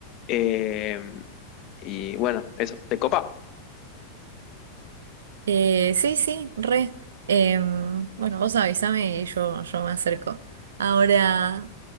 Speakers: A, on the left (about 35°); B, on the right (about 65°).
A: eh, y bueno, eso, te copa.
B: Eh, sí, sí, re. Em, bueno, vos avísame y yo, yo me acerco. Ahora,